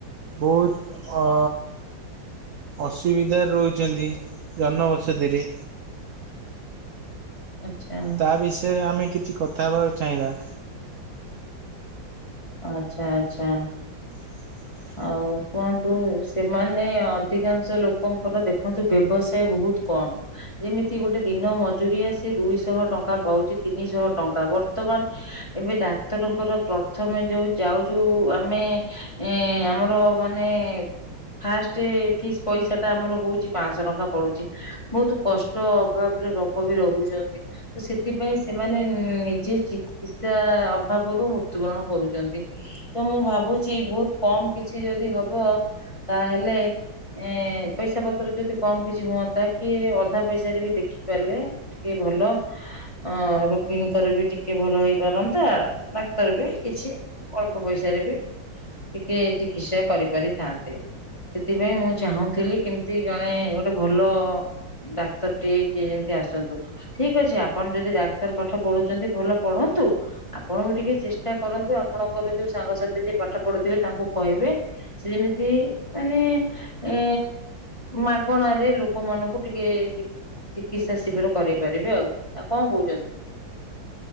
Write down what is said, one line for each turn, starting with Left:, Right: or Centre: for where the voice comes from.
Right: ବହୁତ ଅ ଅସୁବିଧାରେ ରହୁଛନ୍ତି ଜନବସତିରେ।
Left: ଆଚ୍ଛା।
Right: ତା ବିଷୟରେ ଆମେ କିଛି କଥା ହେବାକୁ ଚାହିଁବା।
Left: ଆଚ୍ଛା ଆଚ୍ଛା।
Right: ହ
Left: ଆଉ କୁହନ୍ତୁ ସେମାନେ ଅଧିକାଂଶ ଲୋକଙ୍କର ଦେଖନ୍ତୁ ବ୍ୟବସାୟ ବହୁତ କମ୍। ଯେମିତି ଗୋଟେ ଦିନ ମଜୁରିଆ ସେ ଦୁଇଶହ ଟଙ୍କା ପାଉଛି ତିନିଶହ ଟଙ୍କା। ବର୍ତ୍ତମାନ ଏବେ ଡାକ୍ତରଙ୍କର ପ୍ରଥମେ ଯୋଉ ଯାଉଯୁ ଆମେ ଏ ଆମର ମାନେ ଫାଷ୍ଟ ଫିସ୍ ପଇସା ଟା ଆମର ହଉଛି ପାଞ୍ଚଶହ ଟଙ୍କା ପଡୁଛି। ବହୁତ କଷ୍ଟ ଅଭାବରେ ଲୋକ ବି ରହୁଛନ୍ତି। ତ ସେଥିପାଇଁ ସେମାନେ ନିଜେ ଚିକିତ୍ସା ଅଭାବରୁ ମୃତ୍ୟୁବରଣ କରୁଚନ୍ତି। ତ ମୁଁ ଭାବୁଛି ବହୁତ କମ୍ କିଛି ଯଦି ହବ ତାହେଲେ ଏ ପଇସା ପତ୍ର ଯଦି କମ୍ କିଛି ହୁଅନ୍ତା କି ଅଧା ପଇସାରେ ବି ଦେଖି ପାରିଲେ ଟିକେ ଭଲ ଅ ରୋଗୀଙ୍କର ବି ଟିକେ ଭଲ ହେଇପାରନ୍ତା। ଡାକ୍ତର ବି କିଛି ଅଳ୍ପ ପଇସାରେ ବି ଟିକେ ଚିକିତ୍ସା କରିପାରିଥାନ୍ତେ। ସେଥିପାଇଁ ମୁଁ ଚାହୁଁଥିଲି କେମତି ଜଣେ ଗୋଟେ ଭଲ ଡାକ୍ତର ଟିଏ କିଏ ଯେମିତି ଆସନ୍ତୁ? ଠିକ୍ ଅଛି ଆପଣ ଯଦି ଡାକ୍ତର ପାଠ ପଢୁଛନ୍ତି ଭଲ ପଢନ୍ତୁ। ଆପଣବି ଟିକେ ଚେଷ୍ଟ୍ ଟା କରନ୍ତୁ। ଆପଣଙ୍କର ଯୋଉ ସାଙ୍ଗସାଥି ଯିଏ ପାଠ ପଢୁଥିବେ ତାଙ୍କୁ କହିବେ ସେ ଯେମିତି ମାନେ ଏ ମାଗଣାରେ ଲୋକମାନଙ୍କୁ ଟିକେ ଚିକ୍ ଚିକିତ୍ସା ଶିବିର କରାଇ ପାରିବେ ଆଉ ଆଉ କଣ କହୁଛନ୍ତି?